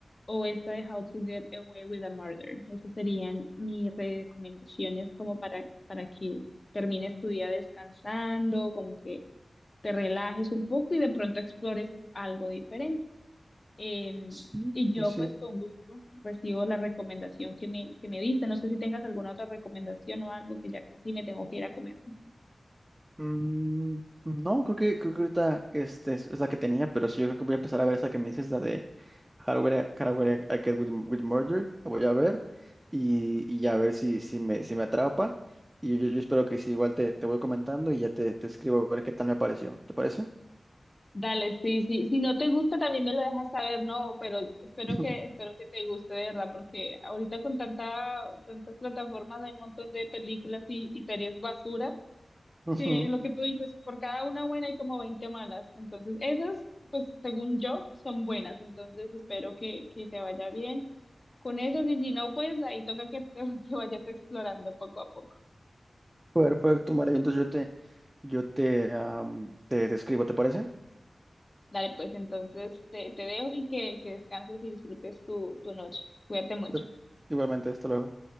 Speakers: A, on the left (about 35°); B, on the right (about 20°).
A: o esta de How to Get Away with a Murder. Esas serían mis recomendaciones como para, para que termines tu día descansando, como que te relajes un poco y de pronto explores algo diferente. Em,
B: Sí,
A: y
B: sí,
A: yo
B: sí.
A: pues con gusto recibo la recomendación que me, que me diste. No sé si tengas alguna otra recomendación o algo que ya casi me tengo que ir a comer.
B: Mm, no, creo que, creo que ahorita este, es, es la que tenía, pero sí, yo creo que voy a empezar a ver esa que me dices, la de Hardware, Hardware I I Get With, with Murder, la voy a ver y, y ya a ver si, si me, si me atrapa. Y yo, yo espero que sí, igual te, te voy comentando y ya te, te escribo a ver qué tal me pareció. ¿Te parece?
A: Dale, sí, sí. Si no te gusta, también me lo dejas saber, ¿no? Pero espero que,
B: Ujú.
A: espero que te guste, de verdad, porque ahorita con tanta, tantas plataformas hay un montón de películas y, y series basura,
B: <laughs> Ujú.
A: que lo que tú dices, por cada una buena hay como 20 malas. Entonces, esas, pues según yo, son buenas. Entonces, espero que, que te vaya bien con esas. Y si no, pues ahí toca que, te- <laughs> que vayas explorando poco a poco.
B: Perfecto, María. Entonces yo te, yo te, am, te, te escribo, ¿te parece?
A: Dale, pues entonces te, te dejo y que, que descanses y disfrutes tu, tu noche. Cuídate mucho.
B: Pero igualmente, hasta luego.